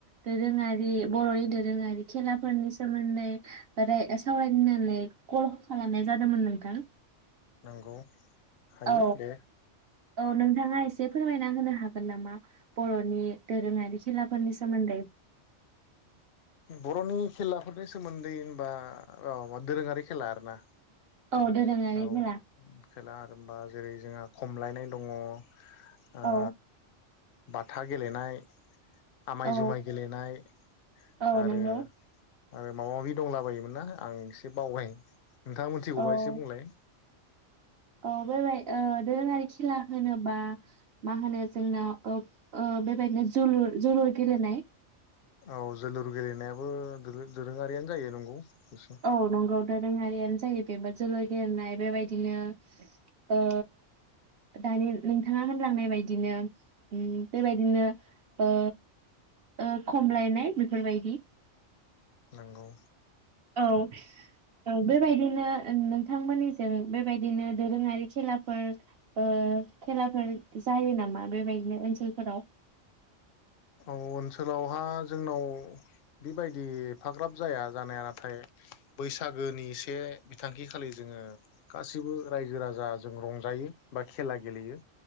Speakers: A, on the right (about 60°); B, on the left (about 60°).
A: दोरोङारि बरनि दोरोङारि खेलाफोरनि सोमोन्दै <unintelligible> सावरायनानै कल खालामनाय जादोमोन नोंथां।
B: नंगौ। हायो
A: औ
B: दे
A: औ नोंथाङा एसे फोरमायना होनो हागोन नामा बर'नि दोरोङारि खेलाफोरनि सोमोन्दै?
B: बर'नि खेलाफोरनि सोमोन्दै होनबा र दोरोङारि खेला आरोना।
A: औ दोरोङारि
B: औ
A: खेला।
B: खेला आरोमबा जेरै जोंहा खमलायनाय दङ। ओ
A: औ
B: बाथा गेलेनाय आमाय
A: औ
B: जुमाय गेलेनाय।
A: औ
B: आरो।
A: नंगौ
B: आरो माबा माबि दंला बायोमोन ना आं एसे बावबाय। नोंथाङा मिथिगौबा
A: औ
B: एसे बुंलाय।
A: औ बेबाय ओ दोरोङारि खेला होनोबा मा होनो जोंना ओ ओ बेबायदिनो जुलु-जुलुर गेलेनाय।
B: औ जोलुर गेलेनायाबो दोरो दोरोङारियानो जायो नंगौ। एसे
A: औ नंगौ दोर रोङारिआनो जायो बेबो जोलुर गेलनाय बेबायदिनो ओ दानि नोंथाङा होनलांनाय बायदिनो उम बेबायदिनो ओ ओ खमलायनाय बेफोरबायदि।
B: नोंगौ।
A: औ औ बेब बे बायदिनो नोंथांमोननिजों बेबायदिनो दोरोङारि खेलाफोर ओ खेलाफोर जायो नामा? बेबायदिनो ओनसोलफोराव
B: औ ओनसोलावहा जोंनाव बेबायदि एफाग्राब जाया जानाया नाथाय बैसागोनि से बिथांखि खालि जोङो गासिबो रायजो राजा जों रंजायो बा खेला गेलेयो।